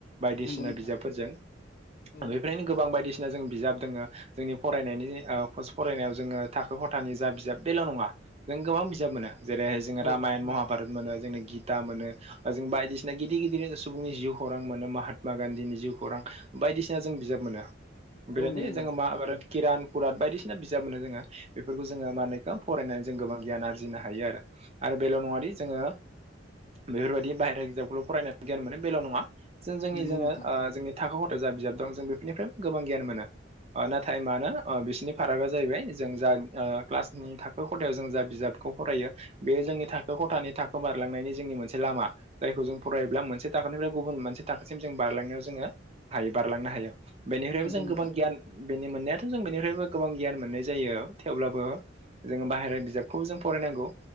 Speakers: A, on the right; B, on the left.
A: बायदिसिना
B: नंगौ नोंथां
A: बिजाबफोरजों
B: औ
A: बेफोरबायदिनो गोबां बायदि सिना जों बिजाब दोङो जोंनि फरायनायनि ओ फस फरायनायाव जोङो थाखो खथानि जा बिजाब बेल' नङा नों गोबां बिजाब मोनो। जेरैहाय जोङो
B: औ
A: रामायन
B: औ
A: महाभारत मोनो जोंनो गिता मोनो जों बायदिसिना गिदिर गिदिर सुबुंनि जिउ खौरां मोनो महात्मा गान्धीनि जिउ खौरां बायदिसिना जों बिजाब मोनो। <unintelligible>
B: औ नंगौ
A: जोङो माहाभारत किरान पुराद बायदिसिना बिजाब मोनो जोङो बेफोरखौ जोङो मानेखौ फरायनानै जों गोबां गियान आरजिनो हायो आरो। आरो बेल' नङादि जोङो बेफोरबायदि बाहेरा बिजाबखौल' फरायनानै गियान मोनो बेल' नङा जों जोंनि
B: नंगौ
A: जोङो
B: नोंथां
A: ओ जोंनि थाखो खथायायाव जा बिजाब दं जों बेफोरनिफ्राय गोबां गियान मोनो। ओ नाथाय मानो ओ बिसनि फारागा जाहैबाय जों जा ओ क्लासनि थाखो खथायाव जों जा बिजाबखौ फरायो बे जोंनि थाखो खथानि थाखो बारलांनायनि जोंनि मोनसे लामा जायखौ जों फरायोब्ला मोनसे थाखोनिफ्राय गुबुन मोनसे थाखोसिम जों बारलांनायाव जोङो हायो बारलांनो हायो बेनिफ्रायबो
B: नंगौ
A: जों
B: नोंथां
A: गोबां गियान बेनि मोननायाथ' जों बेनिफ्रायबो गोबां गियान मोननाय जायो थेवब्लाबो जोङो बाहेरा बिजाबखौ जों फरायनांगौ।